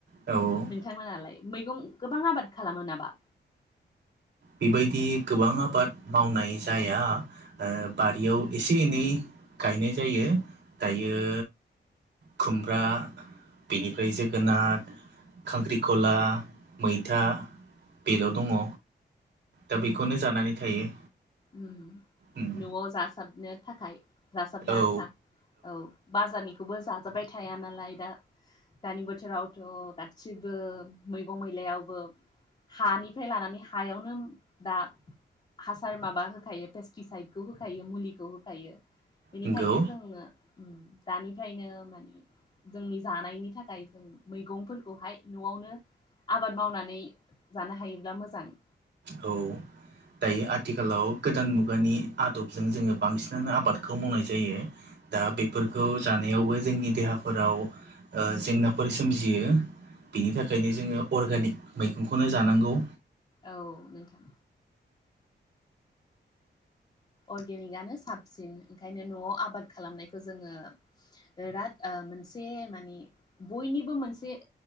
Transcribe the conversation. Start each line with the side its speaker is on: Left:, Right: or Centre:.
Right: औ।
Left: नोंथांमोनालाय मैगं गोबां आबाद खालामो नामा?
Right: बेबायदि गोबां आबाद मावनाय जाया ओ बारियाव एसे एनै गायनाय जायो दायो खुमब्रा बेनिफ्राय जोगोनाद खांख्रिखला मैथा बेल' दङ। दा बेखौनो जानानै थायो।
Left: ओम
Right: उम
Left: न'आव जासाबनो थाखाय जासाबनो आन्था
Right: औ
Left: औ। बाजारनिखौबो जाजाबबाय थाया नालाय दा। दानि बोथोरावथ' गासिबो मैगं मैलायावबो हानिफ्राय लानानै हायावनो दा सार माबा होखायो पेस्टिसाइदखौ होखायो मुलिखौ होखायो। बेनिखायनो
Right: नंगौ
Left: जोङो ओम दानिफ्रायनो माने जोंनि जानायनि थाखाय जों मैगंफोरखौहाय न'आवनो आबाद मावनानै जानो हायोब्ला मोजां।
Right: औ। दायो आथिखालाव गोदान मुगानि आदबजों जोङो बांसिनानो आबादखौ मावनाय जायो। दा बेफोरखौ जानायावबो जोंनि देहाफोराव ओ जेंनाफोर सोमजियो। बिनि थाखायनो जोङो अरगानिक मैगंखौनो जानांगौ।
Left: औ नोंथां। अर्गेनिकआनो साबसिन ओंखायनो न'आव आबाद खालामनायखौ जोङो बिराद ओ मोनसे माने बयनिबो मोनसे